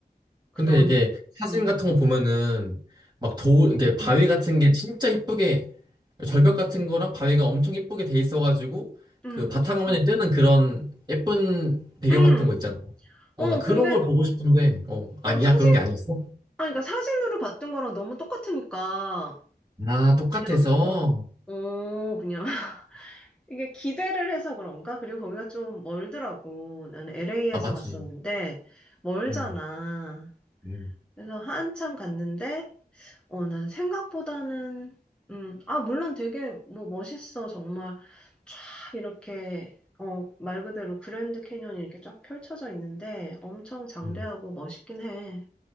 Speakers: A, in the centre; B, on the right.
A: 그런,
B: 근데 이게 사진
A: 음,
B: 같은 거 보면은 막 도, 이게 바위
A: 음,
B: 같은 게 진짜 이쁘게 절벽 같은 거랑 바위가 엄청 이쁘게 돼 있어가지고
A: 음,
B: 그 바탕화면에 뜨는 그런 예쁜 배경
A: 음.
B: 같은 거 있잖아.
A: 어,
B: 어, 나 그런
A: 근데,
B: 걸 보고 싶은데, 어, 아니야?
A: 어, 사진,
B: 그런 게 아니었어?
A: 아, 그러니까 사진으로 봤던 거랑 너무 똑같으니까,
B: 아, 똑같아서?
A: 그냥, 어, 어, 그냥. <laughs> 이게 기대를 해서 그런가? 그리고 거기가 좀 멀더라고. 나는 LA에서
B: 아, 맞지.
A: 갔었는데, 멀잖아.
B: 음, 음,
A: 그래서 한참 갔는데, 어, 난 생각보다는, 음, 아, 물론 되게 뭐 멋있어. 정말 쫙 이렇게, 어, 말 그대로 그랜드 캐니언이 이렇게 쫙 펼쳐져 있는데, 엄청 장대하고
B: 음,
A: 멋있긴 해.